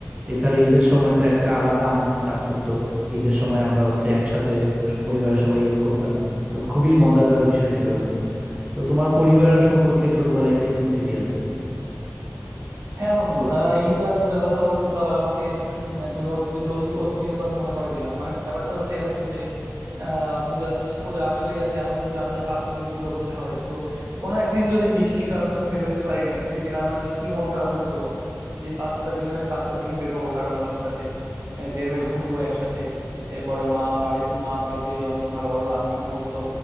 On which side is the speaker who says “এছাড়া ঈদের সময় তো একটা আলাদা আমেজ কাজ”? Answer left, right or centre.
Right